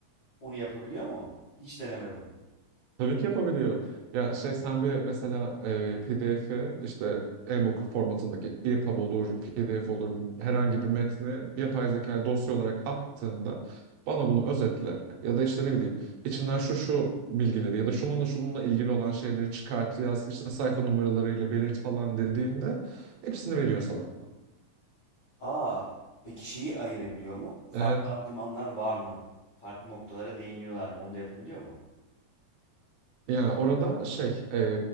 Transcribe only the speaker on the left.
Onu yapabiliyor mu? Hiç denemedim.
Aa, peki şeyi ayırabiliyor mu? Farklı
argümanlar var mı? Farklı noktalara değiniyorlar mı? Onu da yapabiliyor mu?